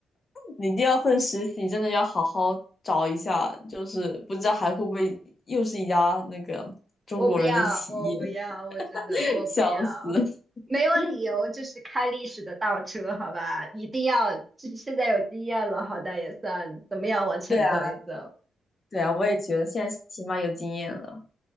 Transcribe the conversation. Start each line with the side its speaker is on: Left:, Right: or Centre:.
Left: 你第二份实习真的要好好找一下，就是不知道还会不会又是一家那个中国人的企业，
Right: 我不要，我不要，我真的我不要，
Left: <laughs> 笑死。<laughs>
Right: 没有理由就是开历史的倒车，好吧？一定要，这现在有经验了，好歹也算怎么样往前走一走，
Left: 对啊，对啊，我也觉得现在起码有经验了。